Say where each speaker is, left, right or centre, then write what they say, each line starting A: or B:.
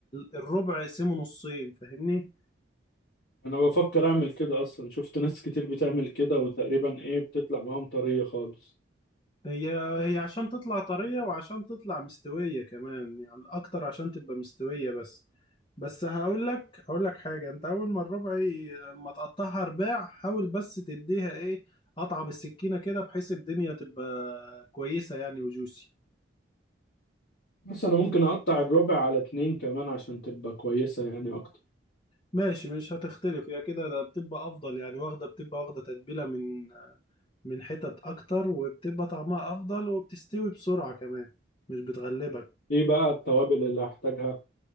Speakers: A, on the left; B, on the left.
A: الربع اقسمه نصين فاهمني
B: انا بفكر اعمل كده اصلا شفت ناس كتير بتعمل كده وتقريبا ايه بتطلع معاهم طرية خالص
A: هي هي عشان تطلع طرية وعشان تطلع مستوية كمان يعني أكتر عشان تبقى مستوية بس بس هقول لك هقول لك حاجة أنت أول ما الربع ي- ما تقطعها رباع حاول بس تديها إيه قطعة بالسكينة كده بحيث الدنيا تبقى كويسة يعني وجوسي
B: بس انا ممكن اقطع الربع على اتنين كمان عشان تبقى كويسة يعني اكتر
A: ماشي مش هتختلف هي كده ده بتبقى أفضل يعني واخدة بتبقى واخدة تتبيلة من من حتت أكتر وبتبقى طعمها أفضل وبتستوي بسرعة كمان مش بتغلبك
B: ايه بقى التوابل اللي هحتاجها